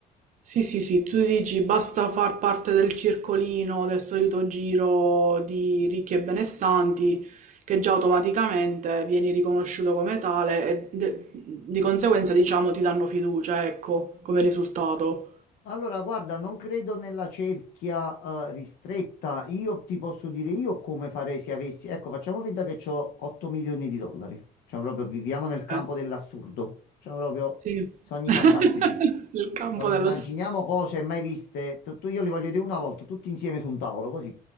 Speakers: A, on the right; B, on the left.
A: Sì, sì, sì, tu dici basta far parte del circolino, del solito giro di ricchi e benestanti, che già automaticamente vieni riconosciuto come tale e de- di conseguenza, diciamo, ti danno fiducia, ecco, come risultato.
B: Allora, guarda, non credo nella cerchia, eh, ristretta. Io ti posso dire io come farei se avessi... Ecco, facciamo finta che ho 8 milioni di dollari. Cioè, proprio viviamo nel campo
A: Eh,
B: dell'assurdo. Cioè, proprio
A: sì.
B: sogni
A: <laughs>
B: fantastici.
A: Il campo
B: Proprio
A: dello...
B: immaginiamo
A: s-
B: cose mai viste. Tu, tu- io li voglio dire una volta, tutti insieme su un tavolo, così.